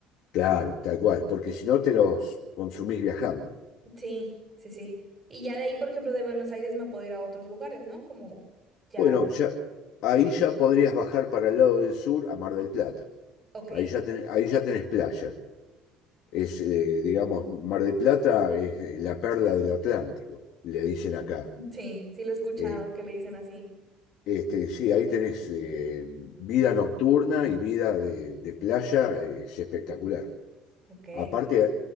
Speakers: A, on the left; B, on the right.
A: Claro, tal cual, porque si no te los consumís viajando.
B: Sí, sí, sí. Y ya de ahí, por ejemplo, de Buenos Aires me puedo ir a otros lugares, ¿no? Como ya,
A: Bueno, ya, ahí ya podrías bajar para el lado del sur a Mar del Plata.
B: ok.
A: Ahí ya tenés, ahí ya tenés playa. es, eh, digamos, Mar del Plata es eh, la perla del Atlántico, le dicen acá.
B: Sí, sí lo he escuchado
A: Eh,
B: que le dicen así.
A: este, sí, ahí tenés eh, vida nocturna y vida de, de playa, eh, es espectacular.
B: Ok,
A: Aparte,